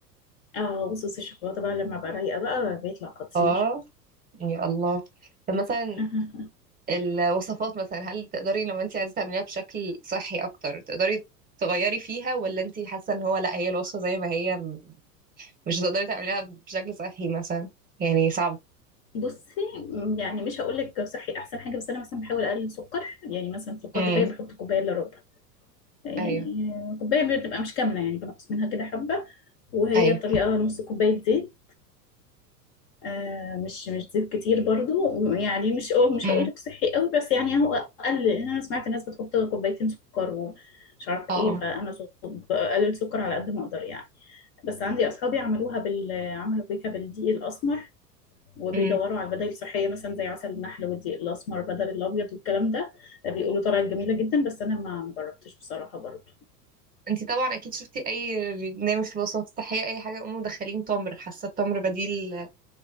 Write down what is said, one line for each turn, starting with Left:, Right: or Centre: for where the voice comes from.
Left: اه وصوص الشوكولاتة بقى لما بقى رايقة بقى بيطلع خطير
Right: اه يا الله طب مثلا
Left: <laughs>
Right: الوصفات مثلا هل تقدري لما انت عايزه تعمليها بشكل صحي اكتر تقدري تغيري فيها ولا انت حاسه ان هو لا هي الوصفه زي ما هي م- مش هتقدري تعمليها بشكل صحي مثلا يعني صعب
Left: بصي يعني مش هقول لك صحي احسن حاجه بس انا مثلا بحاول اقلل سكر يعني مثلا السكر
Right: امم
Left: بتاعي بحط كوبايه الا ربع يعني
Right: ايوه
Left: كوباية بتبقى مش كاملة يعني بنقص منها كده حبة وهي
Right: ايوه
Left: الطريقة نص كوباية زيت آه، مش مش زيت كتير برضو يعني مش مش
Right: امم
Left: هقول لك صحي قوي بس يعني هو اقل لأن انا سمعت الناس بتحط كوبايتين سكر ومش عارف
Right: اه
Left: ايه فانا ص- بقلل سكر على قد ما اقدر يعني بس عندي اصحابي عملوها بال عملوا بيكا بالدقيق الاسمر وبيدوروا
Right: امم
Left: على البدائل الصحيه مثلا زي عسل النحل والدقيق الاسمر بدل الابيض والكلام ده بيقولوا طلعت جميله جدا بس انا ما ما جربتش بصراحه برضو
Right: انت طبعا اكيد شفتي اي برنامج في الوصفات الصحيه اي حاجه يقوموا مدخلين تمر حاسه التمر بديل